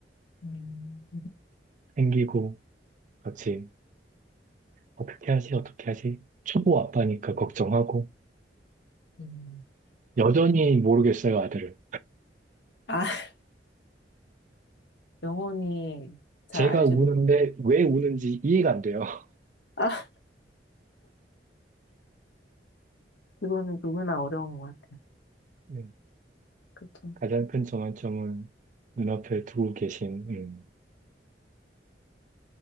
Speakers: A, on the left; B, on the right.
A: 음,
B: 생기고, 같이, 어떻게 하지, 어떻게 하지? 초보 아빠니까 걱정하고,
A: 음.
B: 여전히 모르겠어요, 아들을.
A: 아, <laughs> 영혼이 잘
B: 제가
A: 알지
B: 우는데
A: 못해.
B: 왜 우는지 이해가 안 돼요. <laughs>
A: 아, 그거는 누구나 어려운 것 같아요.
B: 네,
A: 그쵸.
B: 가장 큰 전환점은 눈앞에 두고 계신, 음,